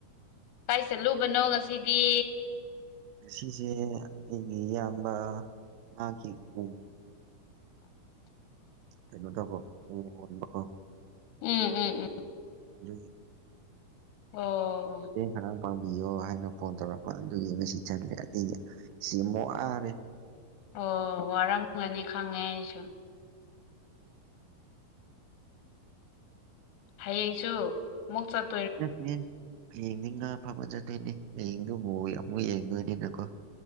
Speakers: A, on the left (about 80°); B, on the right (about 75°).
A: ꯀꯥꯏ ꯆꯠꯂꯨꯕꯅꯣ ꯉꯁꯤꯗꯤ
B: ꯉꯁꯦ ꯑꯩꯒꯤ ꯏꯌꯥꯝꯕ ꯃꯥꯒꯤ ꯎ ꯀꯩꯅꯣ ꯇꯧꯕꯣ ꯑꯣꯕꯀꯣ
A: ꯎꯝ ꯎꯝ ꯎꯝ
B: ꯑꯗꯨ
A: ꯑꯣ
B: ꯃꯇꯦꯡ ꯈꯔꯥ ꯄꯥꯡꯕꯤꯌꯣ ꯍꯥꯏꯅ ꯐꯣꯟ ꯇꯧꯔꯛꯄ ꯑꯗꯨꯒꯤ ꯉꯁꯤ ꯆꯜꯂꯦ ꯑꯩ ꯉꯁꯤ ꯌꯥꯝ ꯋꯥꯔꯦ
A: ꯑꯣ ꯋꯥꯔꯝꯒꯅꯤ ꯈꯪꯉꯦ ꯑꯩꯁꯨ ꯍꯌꯦꯡꯁꯨ ꯑꯃꯨꯛ ꯆꯠ
B: ꯅꯠꯇꯦ ꯍꯌꯦꯡꯅꯤꯡ ꯉ ꯐꯕ ꯆꯠꯇꯣꯏꯅꯦ ꯍꯌꯦꯡꯗꯨ ꯑꯃꯨꯛ ꯑꯃꯨꯛ ꯌꯦꯡꯗꯣꯏꯅꯤꯅꯀꯣ